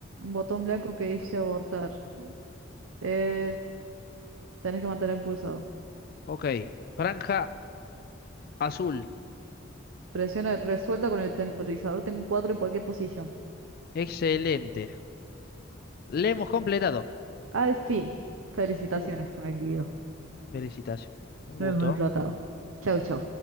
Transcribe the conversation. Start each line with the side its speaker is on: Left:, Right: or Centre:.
Right: Un botón blanco que dice abortar. Eh, tenés que mantener pulsado.
Left: Ok, franja azul.
Right: Presiona resuelta con el temporizador. Tengo un 4 en cualquier posición.
Left: Excelente. Le hemos completado.
Right: Al fin. Felicitaciones,
Left: Uh,
Right: que me ha querido.
Left: felicitaciones. Un
Right: Lo
Left: gusto.
Right: hemos explotado. Chau, chau.